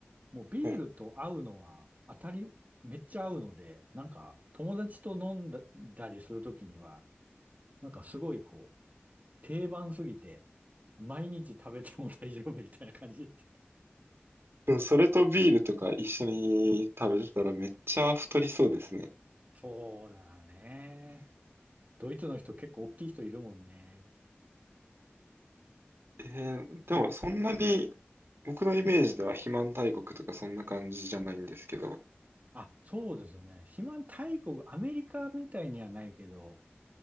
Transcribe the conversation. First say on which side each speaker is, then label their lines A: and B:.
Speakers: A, on the right; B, on the right.
A: もうビールと合うのは当たり、
B: はい。
A: めっちゃ合うので、なんか友達と飲んだだりするときには、なんかすごいこう、定番すぎて、毎日食べても大丈夫みたいな感じ。<laughs>
B: でも、それとビールとか一緒に食べてたらめっちゃ太りそうですね。
A: そうだね。ドイツの人結構大きい人いるもんね。
B: えー、でも、そんなに、僕のイメージでは肥満大国とかそんな感じじゃないんですけど。
A: あ、そうですよね。肥満大国、アメリカみたいにはないけど、